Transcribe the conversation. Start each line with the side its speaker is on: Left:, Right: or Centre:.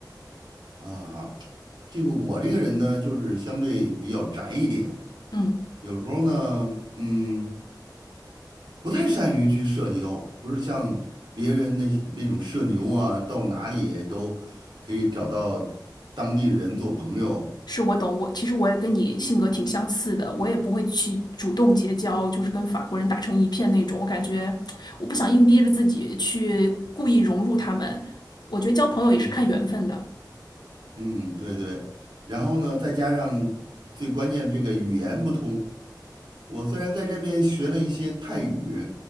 Right: 啊，这个我这个人呢，就是相对比较宅一点，
Left: 嗯。
Right: 有时候呢，嗯，不太善于去社交，不是像别人那些那种社牛啊，到哪里都可以找到当地人做朋友。
Left: 是我懂，我其实我也跟你性格挺相似的，我也不会去主动结交，就是跟法国人打成一片那种。我感觉我不想硬逼着自己去故意融入他们。我觉得交朋友也是看缘分的。
Right: 嗯嗯，对对。然后呢，再加上最关键这个语言不通，我虽然在这边学了一些泰语，